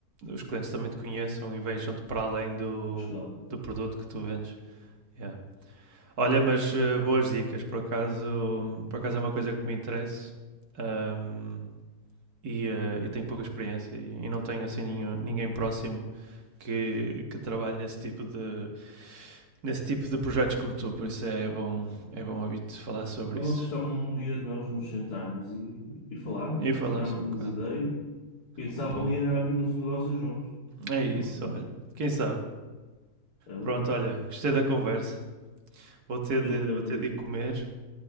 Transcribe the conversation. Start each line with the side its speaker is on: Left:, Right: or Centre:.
Right: os clientes também te conheçam e vejam-te para além do,
Left: Mas claro,
Right: do produto que tu vendes. Yeah. Olha, mas eh, boas dicas, por acaso, hum, por acaso é uma coisa que me interessa ahm, e eh, eu tenho pouca experiência e, e não tenho assim nenhum- ninguém próximo que, que trabalhe nesse tipo, de, nesse tipo de projetos como tu, por isso é bom, é bom ouvir-te falar sobre
Left: é uma
Right: isso.
Left: questão um dia nós nos sentarmos e, e falarmos,
Right: E
Left: para
Right: falamos
Left: trocarmos
Right: um
Left: umas
Right: bocado.
Left: ideias. Quem sabe
Right: Bom,
Left: um dia abrirmos um negócio juntos.
Right: É isso,
Left: Hum,
Right: olha. Quem sabe?
Left: É verdade.
Right: Pronto, olha, gostei da conversa. Vou ter
Left: Igualmente,
Right: de, vou ter
Left: amigo.
Right: de ir comer,